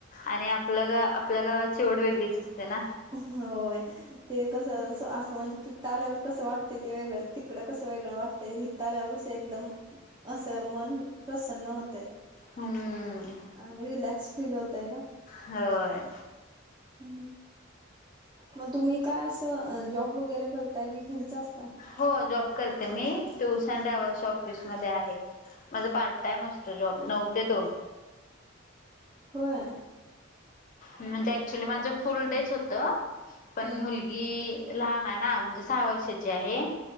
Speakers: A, on the left; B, on the right.
A: आणि आपलं गाव आपल्या गावाची ओढ वेगळीच असते ना
B: होय ते कस असं म्हणजे तिथ आल्यावर कसं वाटतंय ते वेगळं तिकडं कसं वेगळं वाटतंय हित आल्यावर कसं एकदम असं मन प्रसन्न होतय
A: हम्म.
B: आणि रिलॅक्स फील होतय ना
A: होय
B: हू म तुम्ही काय असं जॉब वगैरे करताय कि घरीच असताय
A: हो जॉब करते मी टूर्स अँड ट्रॅव्हल्स ऑफिसमध्ये आहे माझ पार्ट टाइम असतो जॉब नऊ ते दोन
B: होय
A: म्हणजे ऍक्च्युली माझ फुल डेच होत पण
B: हा
A: मुलगी
B: हा
A: लहान हाय ना म्हणजे सहा वर्षाची आहे